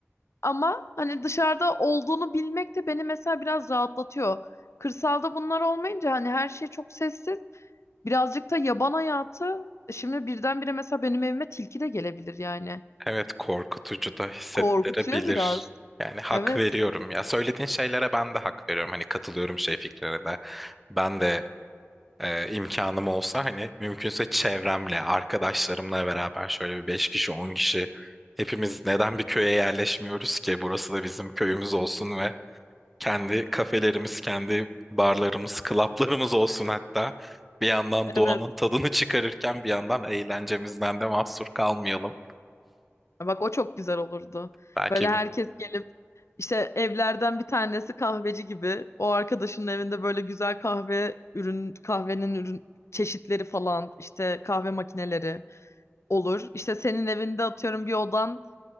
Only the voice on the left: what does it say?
Ama hani dışarıda olduğunu bilmek de beni mesela biraz rahatlatıyor. Kırsalda bunlar olmayınca hani her şey çok sessiz. Birazcık da yaban hayatı. Şimdi birdenbire mesela benim evime tilki de gelebilir yani.
Korkutuyor biraz.
Evet.
Evet.
Bak o çok güzel olurdu.
Böyle herkes
gelip işte evlerden bir tanesi kahveci gibi. O arkadaşının evinde böyle güzel kahve ürün kahvenin ürün çeşitleri falan işte kahve makineleri olur. İşte senin evinde atıyorum bir odan